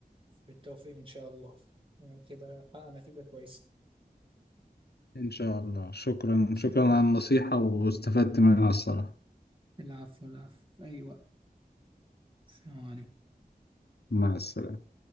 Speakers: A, on the right; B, on the left.
A: بالتوفيق إن شاء الله ونبقى كده حققنا نتيجة كويسة
B: ان شاء الله شكرا
A: إن شاء
B: شكرا
A: الله.
B: على النصيحه واستفدت منها الصراحه
A: العفو العفو في أي وقت السلام عليكم
B: مع السلامه